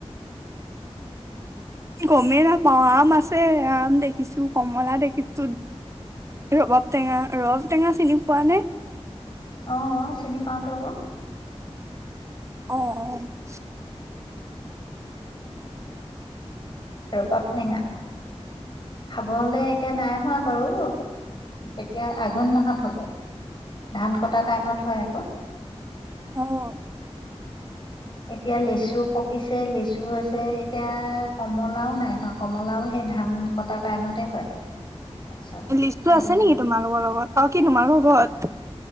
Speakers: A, on the right; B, on the left.
A: গমেই নাপাও আম আছে আম দেখিছো কমলা দেখিছো ৰবাব টেঙা ৰবাব টেঙা চিনি পোৱা নে?
B: অ', অ'। চিনি পাওঁটো আকৌ।
A: অহ, অহ।
B: ৰ'বাব টেঙা খাব হ'লে এতিয়া নাই হোৱা বাৰু এতিয়া আঘোণ মাহত হ'ব ধান কটা টাইমত হয় আকৌ।
A: অ'।
B: এতিয়া লেচু পকিছে, লেচু হৈছে এতিয়া কমলাও নাই হোৱা কমলাও সেই ধান কটা টাইমতে হয়। তাৰপিছত
A: লিষ্টটো
B: আৰু
A: আছে নেকি তোমালোকৰ লগত অ', কি তোমালোকৰ ঘৰত